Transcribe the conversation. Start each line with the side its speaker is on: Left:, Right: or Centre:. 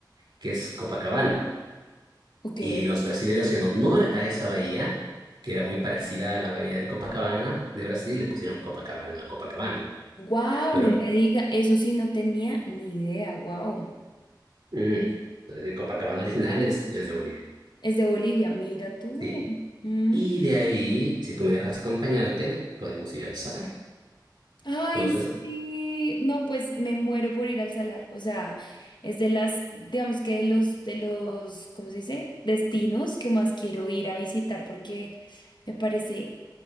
Right: que es Copacabana.
Left: Ok.
Right: Y los brasileros, en honor a esa bahía, que era muy parecida a la bahía de Copacabana de Brasil, le pusieron Copacabana a Copacabana.
Left: Wow,
Right: Pero
Left: no me diga. Eso sí, no tenía ni idea. Wow.
Right: mm, entonces el Copacabana original es, es de Bolivia.
Left: Es de Bolivia, mira tú.
Right: Sí.
Left: Mm.
Right: Y de ahí, si tú me dejas acompañarte, podemos ir al salar.
Left: Ay,
Right: Conoces-
Left: sí. No, pues me muero por ir al salar. O sea, es de las, digamos que de los, de los, ¿cómo se dice? Destinos que más quiero ir a visitar porque me parece